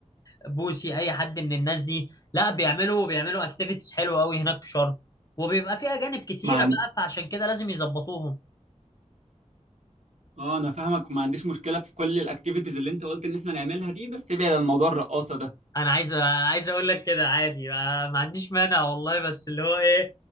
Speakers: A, on the left; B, on the right.
A: بوسي اي حد من الناس دي لا بيعملوا بيعملوا اكتيفيتيز حلوه قوي هناك في شرم وبيبقى في اجانب كتيره
B: ما عن...
A: بقى فعشان كده لازم يظبطوهم
B: اه انا فاهمك ما عنديش مشكله في كل الاكتيفيتيز اللي انت قلت ان احنا نعملها دي بس تبعد عن موضوع الرقاصه ده
A: انا عايز عايز اقول لك كده عادي آه، ما عنديش مانع والله بس اللي هو ايه